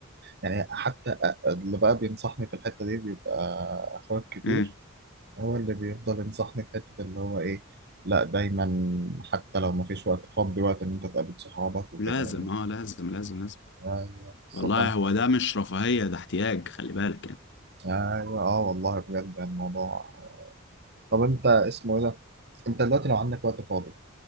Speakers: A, on the right; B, on the left.
A: يعني حتى اللي بقى بينصحني في الحتة دي بيبقى أخويا الكبير
B: مم.
A: هو اللي بيفضل ينصحني في حتة اللي هو إيه لا دايما حتى لو ما فيش وقت فضي وقت إن أنت تقابل صحابك وكده
B: لازم
A: يعني.
B: اه لازم لازم لازم
A: أيوه بالظبط
B: والله
A: أنا
B: هو ده مش رفاهية ده احتياج خلي بالك
A: أيوه أه والله بجد الموضوع طب أنت اسمه إيه ده؟ أنت دلوقتي لو عندك وقت فاضي